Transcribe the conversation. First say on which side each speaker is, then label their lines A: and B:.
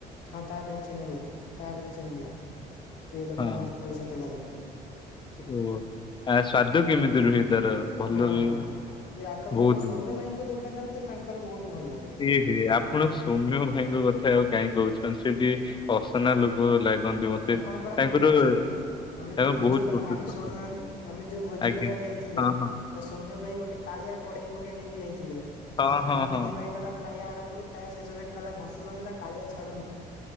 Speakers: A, on the left (about 80°); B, on the left (about 30°).
A: ହଁ ତାପରେ ଚିହ୍ନିଲା ତାପରେ ଚିହ୍ନିଲା କିଏ ଲୋକ
B: ହଁ
A: ଟା ମତେ ପଇସା ଦେଲା ବୋଲି।
B: ଓ ଆ ସ୍ଵାଦ କେମିତି ରୁହେ ତାର? ଭଲ
A: ହୁଁ
B: ରୁହେ
A: ହୁଁ ଏଇ ଆଖପାଖ
B: ବହୁତ
A: ସୌମ୍ୟ
B: ଭଲ।
A: ଭାଇଙ୍କ ଦୋକାନ ଠାରୁ ତ ତାଙ୍କର ବହୁତ ଭଲ ଲାଗେ।
B: ଏହେ ଆପଣ ସୌମ୍ୟ ଭାଇଙ୍କ କଥା ଆଉ କାଇଁ କହୁଛନ୍ତି। ସେଠି ଅସନା ଲୋକ ଲାଗନ୍ତି ମତେ
A: ଆପଣଙ୍କର
B: ତାଙ୍କର
A: ମନେ ଅଛି ଆମେ
B: ତାଙ୍କ
A: ଯୋଉ ଭୋଜି
B: ବହୁତ
A: କ
B: ଛୋଟ
A: ଆମେ
B: ଛୋଟ
A: ଶୁଣୁନାହାନ୍ତି ଆମେ ଯୋଉ ଭୋଜି
B: ଆଜ୍ଞା
A: କରିବାକୁ ଯାଇଥିଲେ।
B: ହଁ ହଁ
A: ତ ସୌମ୍ୟ ଭାଇ ଗୋଟେ କାଳିଆ କଡେଇ ଗୋଟେ ନେଇକି ଯାଇଥିଲେ।
B: ହଁ
A: ଯାହାକୁ
B: ହଁ
A: ମହାନ୍ତି
B: ହଁ
A: ପାଇଗଲା। ଖାଇବା ଆରମ୍ଭରୁ ଖାଇବା ଶେଷ ଯାକେ ଗଲା ଘଷୁଛନ୍ତି। ତା କାଳିଆ ଛାଡୁନି